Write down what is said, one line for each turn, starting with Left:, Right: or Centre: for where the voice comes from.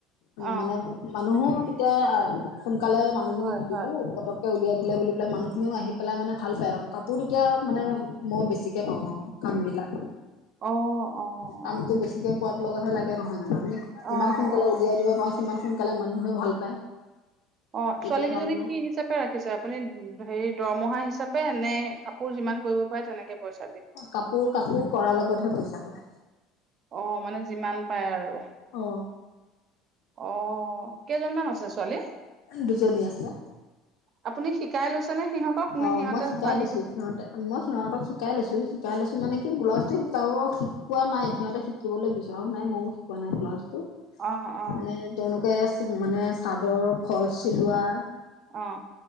Right: অ
Left: মানে মানুহো তেতিয়া আ সোনকালে মানুহজনীক
Right: হয়, হয়।
Left: দিলোঁ, পতক কে উলিয়াই দিলে বুলি পেলাই, মানুহখিনিও আহি পেলাই মানে ভাল পায় আৰু, কাপোৰ তেতিয়া মানে মই বেছিকে পাওঁ আৰু। কামবিলাক,
Right: অ', অ',
Left: কামটো বেছিকে পোৱাৰ লগতহে লাগে নহয় জানোঁ? আমি
Right: অ',
Left: যিমান সোনকালে
Right: অ',
Left: উলিয়াই দিব পাৰোঁ, সিমান সোনকালে মানুহে ভাল পায়।
Right: অ',
Left: তেতিয়া
Right: ছোৱালী কিজনীক
Left: তাৰমানে
Right: কি হিচাপ ৰাখিছে? আপুনি হেৰি দৰমহা হিচাপে নে, কাপোৰ যিমান কৰিব পাৰে তেনেকে পইচ
Left: কাপোৰ, কাপোৰ কৰাৰ লগতহে পইচাটো।
Right: অ', মানে যিমান পায় আৰু।
Left: অ
Right: অ', কেইজনীমান আছে ছোৱালী?
Left: দুজনী আছে।
Right: আপুনি শিকাই লৈছেনে সিহঁতক? নে
Left: অ
Right: সিহঁতে
Left: মই শিকাই
Right: জানি
Left: লৈছো
Right: পে
Left: সিহঁতে মই সিহঁতক শিকাই লৈছোঁ, শিকাই লৈছোঁ মানে কি ব্লাজটো শিকাব শিকোৱা নাই, সিহঁতে শিক শিকিবলৈ বিচৰাও নাই, ময়ো শিকোৱা নাই ব্লাউজটো।
Right: অ অ
Left: মানে তেওঁলোকে মানে, চাদৰ ফলচ চিলোৱা
Right: অ'।